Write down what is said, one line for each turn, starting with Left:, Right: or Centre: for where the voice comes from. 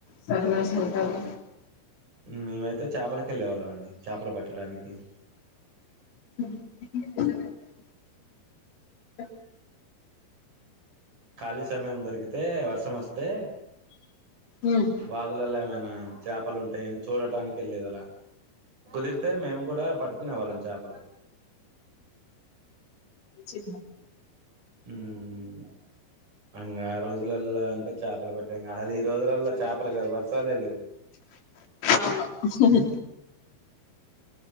Left: సరద సరదగా
Right: మ్ మేమైతే చేపలకి వెళ్ళేవాళ్ళం అండి చేపలు పట్టడానికి
Left: వో ఆ
Right: ఖాళీ సమయం దొరికితే వర్షం వస్తే
Left: ఉమ్
Right: వాగులల్లోమై న చేపలు ఉంటాయని చూడటానికి వెళ్ళేది అలా కుదిరితే మేము కూడా పట్టుకునే వాళ్ళం చేపలు
Left: ఇ
Right: మ్ ఇంగ ఆ రోజులళ్ళ అంటే చేపలు పట్ అసలు ఈ రోజులల్లో చేపలు కాదు వర్షాలే లేవు
Left: అవును